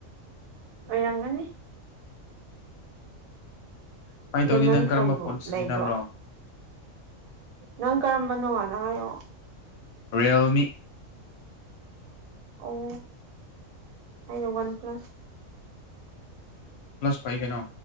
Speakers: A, on the right; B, on the left.
A: ꯑꯣꯏꯔꯝꯒꯅꯤ
B: ꯀꯃꯥꯏꯅ ꯇꯧꯅꯤ
A: ꯂꯦꯃꯟ
B: ꯅꯪ ꯀꯔꯝꯕ
A: ꯐꯣꯟꯕꯨ
B: ꯐꯣꯟ ꯁꯤꯖꯤꯟꯅꯕ꯭ꯔꯣ
A: ꯂꯩꯕ꯭ꯔꯣ ꯅꯪ ꯀꯔꯝꯕꯅꯣꯉꯅꯪ ꯍꯥꯏꯌꯣ
B: ꯔꯤꯌꯦꯜꯃꯤ
A: ꯑꯣ ꯑꯩꯩꯅ ꯋꯥꯟ ꯄ꯭ꯂꯥꯁ
B: ꯐꯒꯅꯣ